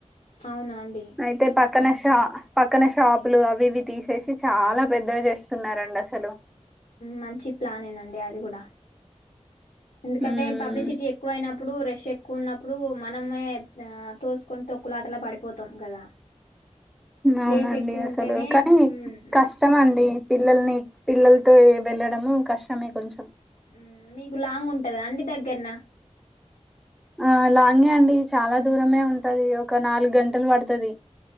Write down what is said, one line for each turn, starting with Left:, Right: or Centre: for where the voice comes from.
Left: అవునా అండి
Centre: అయితే పక్కన శి ప్ పక్కన షాపులు అవి ఇవి తీసేసి చాలా పెద్దవి చేస్తున్నారండి అస హలో
Left: మంచి ప్లానే నండి అది కూడా ఎందుకంటే
Centre: ఉమ్
Left: పబ్లిసిటీ ఎక్కువ అయినప్ అప్పుడు రెష్ ఎక్కువ ఉన్నప్పుడు మనమే ఆ తోసుకుంట తొక్కులాటలా పడిపోతాం కదా ప్లేస్
Centre: అవునండి
Left: ఎక్కువ
Centre: అసలు
Left: ఉంటేనే
Centre: కానీ
Left: మ్మ్
Centre: కష్టం అండి పిల్లల్ని పిల్లలతో వెళ్ళడము కష్టమే కొంచెం
Left: హమ్ మీకు లాంగ్ ఉంటదా అండి దగ్గరన
Centre: ఆ లాంగే అండి చాలా దూరమే ఉంటది ఒక నాలుగు గంటలు పడతది